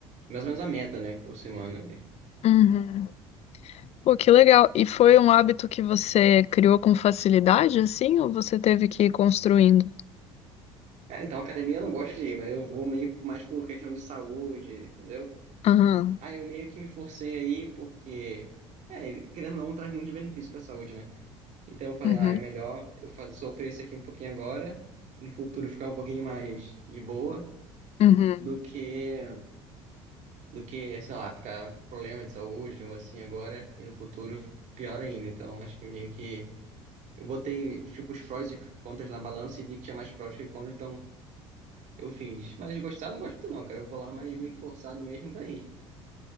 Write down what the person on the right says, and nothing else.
mais ou menos a meta, né, por semana ali.
Cara, então academia eu não gosto de ir, mas eu vou meio que mais por questão de saúde, entendeu?
Aí eu meio que me forcei aí, porque, é, querendo ou não, traz muitos benefícios pra saúde, né? Então eu falei,
ah, é melhor eu fazer, sofrer isso aqui um pouquinho agora, no futuro ficar um pouquinho mais de boa,
do que, do que, sei lá, ficar com problema de saúde ou assim agora, e no futuro pior ainda. Então acho que meio que eu botei, tipo, os prós e contras na balança e vi que tinha mais prós que contras, então eu fiz. Mas gostar, eu não gosto muito não, cara. Eu vou lá, mas meio que forçado mesmo pra ir.